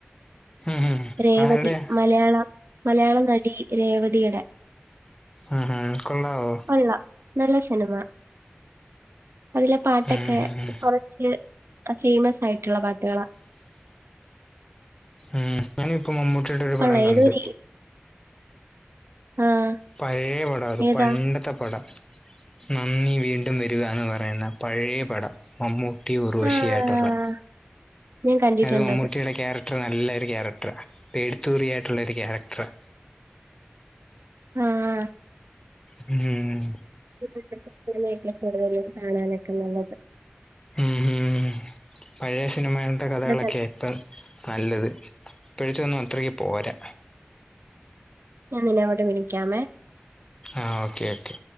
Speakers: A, on the left; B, on the right.
A: ഉം ഉം
B: രേവതി
A: ആരുടെയാ
B: മലയാളം മലയാളനടി രേവതീടെ
A: ആഹാ കൊള്ളാവോ
B: കൊള്ളാം നല്ല സിനിമ അതിലെ പാട്ടൊക്കെ
A: ഉം ഉം
B: കൊറച്ച് ഫേമസ് ആയിട്ടുള്ള പാട്ടുകളാ
A: <inaudible> ഉം ഞാനിപ്പൊ മമ്മൂട്ടിടെ ഒരു പടം
B: കൊള്ളാം
A: കണ്ടു
B: ഏതോ ഒരു ആഹ്
A: പഴയേ പടാണ് അത്‌
B: ഏതാ
A: പഴേ പണ്ടത്തെ പടം നന്ദി വീണ്ടും വരികാന്ന് പറയുന്ന പഴയേ പടം മമ്മൂട്ടിയും ഉർവശി
B: ആഹ്
A: ആയിട്ടുള്ളെ
B: ഞാൻ കണ്ടിട്ടുണ്ടത്
A: അത് മമ്മൂട്ടിയുടെ കാരക് നല്ല ഒരു ക്യാരക്ടറാ പേടിത്തൂറിയായിട്ടുള്ള ഒരു ക്യാരക്ടറാ
B: ആഹ്
A: ഉം
B: <unintelligible> സിനിമയൊക്കെ കൂടുതലും കാണാനൊക്കെ നല്ലത്
A: ഉം ഉം പഴയ സിനിമ കഥകളൊക്കെയാ
B: ന്നാ
A: ഇപ്പൊ നല്ലത് ഇപ്പോഴത്തൊന്നും അത്രയ്ക്ക് പോരാ
B: ഞാൻ നിന്നെ അങ്ങോട്ട് വിളിക്കാമേ
A: ആഹ് ഓക്കെ ഓക്കെ